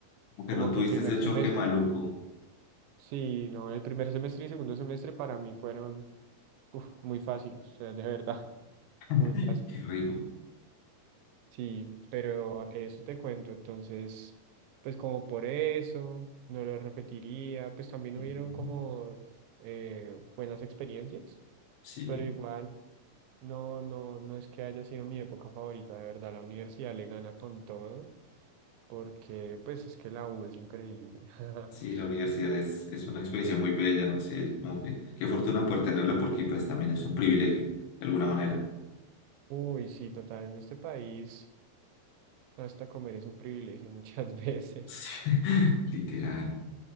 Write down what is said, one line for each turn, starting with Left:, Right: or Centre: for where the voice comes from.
Left: Como que
Right: como
Left: no tuviste
Right: que el primer
Left: ese
Right: semestre,
Left: choque maluco.
Right: sí, no, el primer semestre y segundo semestre para mí fueron uf, muy fáciles, o sea, de verdad, <laughs>
Left: <laughs>
Right: muy fáciles.
Left: Qué rico.
Right: Sí, pero eso te cuento, entonces, pues como por eso, no lo repetiría, pues también
Left: Ujú.
Right: hubieron como eh, buenas experiencias,
Left: Sí,
Right: pero igual. No, no, no es que haya sido mi época favorita, de verdad, la universidad le gana con todo, porque pues es que la U es increíble. <laughs>
Left: sí, la universidad es, es una experiencia muy bella, ¿no? sé, como que qué fortuna por tenerla porque pues también es un privilegio, de alguna manera.
Right: Uy, sí, total, en este país hasta comer es un privilegio muchas <laughs> veces,
Left: Sí, <laughs> literal.